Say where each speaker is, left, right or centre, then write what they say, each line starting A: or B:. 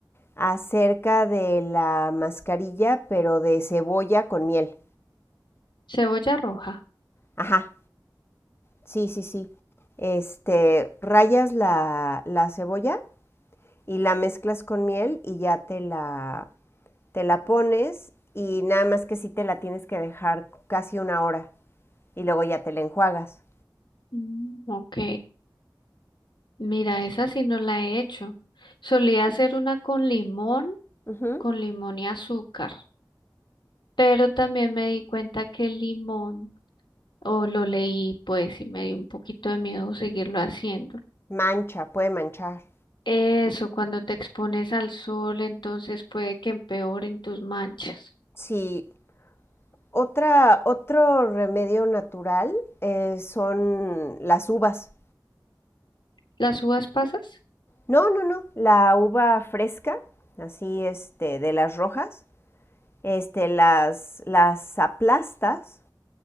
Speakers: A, on the left (about 30°); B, on the left (about 80°).
A: acerca de la mascarilla, pero de cebolla con miel.
B: Cebolla roja.
A: Ajá, sí, sí, sí. Este, rayas la, la cebolla y la mezclas con miel y ya te la, te la pones y nada más que sí te la tienes que dejar casi una hora y luego ya te la enjuagas.
B: Mm, ok. Mira, esa sí no la he hecho. Solía hacer una con limón,
A: Ujú.
B: con limón y azúcar. Pero también me di cuenta que el limón, o lo leí pues y me dio un poquito de miedo seguirlo haciendo.
A: Mancha, puede manchar.
B: Eso, cuando te expones al sol, entonces puede que empeoren tus manchas.
A: Sí. Otra, otro remedio natural eh, son las uvas.
B: ¿Las uvas pasas?
A: No, no, no. La uva fresca, así este, de las rojas, este, las, las aplastas,